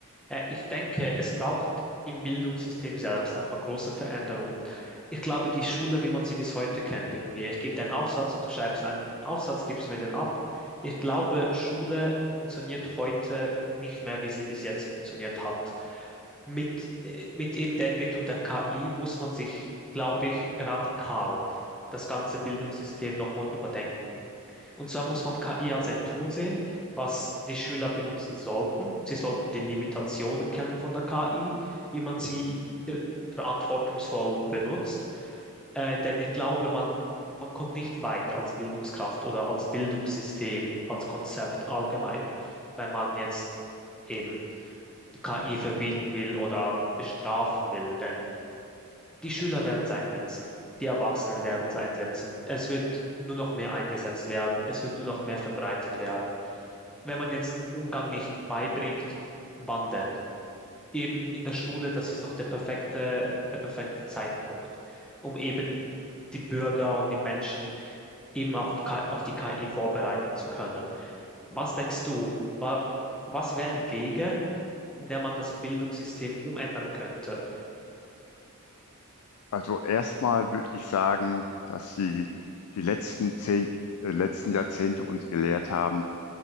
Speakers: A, in the centre; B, on the left.
A: Äh, Ich denke, es braucht im Bildungssystem selbst ein paar große Veränderungen. Ich glaube, die Schule, wie man sie bis heute kennt, irgendwie, ich gebe dir einen Aufsatz und du schreibst einen Aufsatz, gibst mir den ab. Ich glaube, Schule funktioniert heute nicht mehr, wie sie bis jetzt funktioniert hat. Mit, äh, mit eben der Entwicklung der KI muss man sich, glaube ich, radikal das ganze Bildungssystem nochmal überdenken. Und zwar muss man KI als ein Tool sehen, was die Schüler benutzen sollten. Sie sollten die Limitationen kennen von der KI, wie man sie ir- verantwortungsvoll benutzt. Äh, denn ich glaube, man, man kommt nicht weit als Bildungskraft oder als Bildungssystem, als Konzept allgemein, wenn man jetzt eben KI verbieten will oder bestrafen will. Denn die Schüler werden es einsetzen, die Erwachsenen werden es einsetzen. Es wird nur noch mehr eingesetzt werden, es wird nur noch mehr verbreitet werden. Wenn man jetzt den Umgang nicht beibringt, wann denn? Eben in der Schule, das ist doch der perfekte, der perfekte Zeitpunkt, um eben die Bürger und die Menschen eben auf, K- auf die KI vorbereiten zu können. Was denkst du, wa- was wären Wege, in der man das Bildungssystem umändern könnte?
B: Also erstmal würde ich sagen, dass sie die letzten zehn, äh, letzten Jahrzehnte uns gelehrt haben